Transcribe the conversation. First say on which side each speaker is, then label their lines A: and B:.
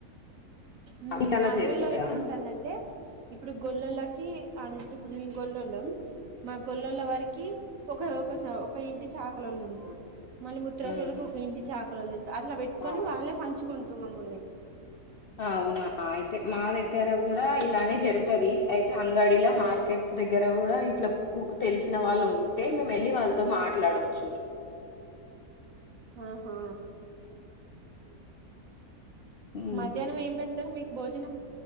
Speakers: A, on the right; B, on the left.
A: హు
B: మీకు అలా
A: మా
B: జరుగుదా
A: ఊళ్లో ఎట్లుంటందంటే ఇప్పుడు గొళ్ళోలకి అండ్ ఇప్పుడు మేము గొల్లోళ్ళం మా గొల్లోళ్ళ వారికి ఒక ఒక స ఒక ఇంటి చాకలోళ్ళు ఉంటరు మల్లి ముత్రాషోల్లకు
B: ఉహు
A: ఒక ఇంటి చా కల్లోళ్ళున్ అట్లా పెట్టుకొని
B: అవును
A: వాళ్ళే పంచుకుం కుంట్రు మమ్ముల్ని
B: అవునా అయి తే మా దగ్గర కూడా ఇలానే జరు తది అయితే అంగడిల మార్కెట్ దగ్గర గుడా ఇట్లా కు తెలిసిన వాళ్ళు ఉంటే మేం వెళ్ళి వాళ్ల తో మాట్లాడొచ్చు
A: ఆహా
B: ఉమ్.
A: మధ్యాహ్నం ఏం పెట్ త్తరు మీకు భోజనం